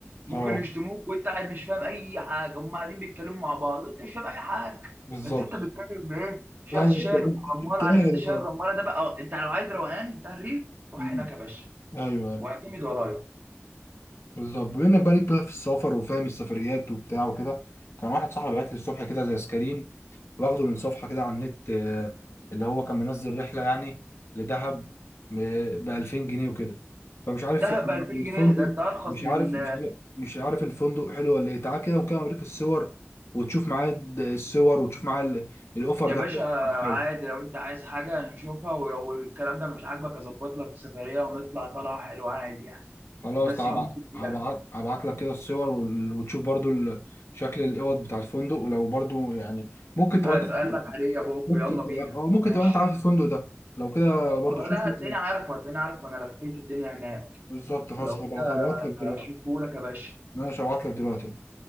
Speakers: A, on the right (about 45°); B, on the left (about 75°).
A: ممكن
B: اه
A: يشتموك وانت قاعد مش فاهم اي حاجه هم قاعدين بيتكلموا مع بعض انت مش فاهم اي حاجه
B: بالظبط
A: بس انت بتتكلم بايه شويه
B: ايوه
A: الشعر
B: انت انت
A: الرمال
B: أنت
A: عارف
B: قاعد
A: انت شعر
B: خلاص.
A: الرماله ده بقى أه، انت لو عايز روقان بتاع الريف روح
B: أمم،
A: هناك يا باشا
B: ايوه
A: واعتمد ورايا
B: بالظبط بما انك بقالك بقى في السفر وفاهم السفريات وبتاع وكده كان واحد صاحبي بعت لي الصبح كده زي سكرين واخده من صفحه كده على النت آه، اللي هو كان منزل رحله يعني لدهب ب 2000 جنيه وكده فمش عارف
A: دهب
B: يعني
A: ب 2000
B: الفندق
A: جنيه ده انت ارخص
B: مش
A: من
B: عارف مش عارف مش عارف الفندق حلو ولا ايه تعال كده ممكن اوريك الصور وتشوف معاه الصور وتشوف معاه ال- الاوفر
A: يا
B: ده
A: باشا
B: حلو مش حلو
A: عادي لو انت عايز حاجه نشوفها ولو الكلام ده مش عاجبك اظبط لك سفريه ونطلع طلعه حلوه عادي يعني
B: خلاص
A: الناس
B: تعب
A: صحابي كتير
B: هبعت
A: ده
B: هبعت لك كده الصور وال- وتشوف برضو ال- شكل الاوض بتاع الفندق ولو برضو يعني ممكن تبقى
A: هسألك
B: انت
A: عليه يا بوب
B: ممكن
A: يلا
B: تبقى
A: بينا
B: اه ممكن
A: ماشي
B: تبقى انت عارف الفندق ده لو كده برضو
A: طب لا
B: شوفه
A: هتلاقيني عارفه هتلاقيني عارفه انا لفيت الدنيا هناك
B: بالظبط خلاص
A: لو
B: هبعت
A: كده
B: هبعت لك دلوقتي
A: اشوفهولك يا باشا
B: ماشي هبعت لك دلوقتي